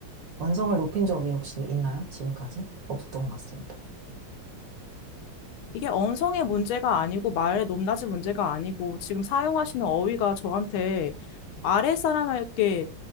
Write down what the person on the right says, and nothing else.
완성을 높인 적이 혹시 있나요? 지금까지? 없었던 것 같습니다.